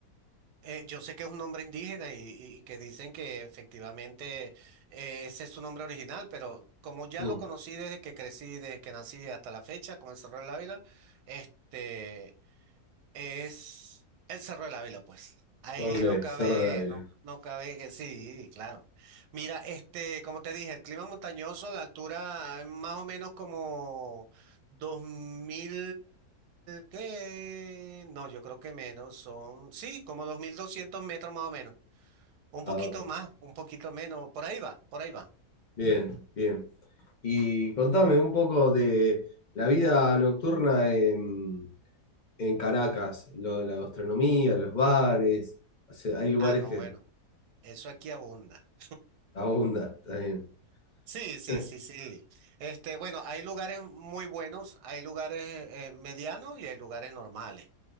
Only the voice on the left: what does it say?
mm.
Ok,
cerro la vela.
Ah,
ok.
Bien, bien. Y contame un poco de la vida nocturna en, en Caracas, lo de la gastronomía, los bares. O sea, hay lugares
que
Abunda, está bien.
<laughs>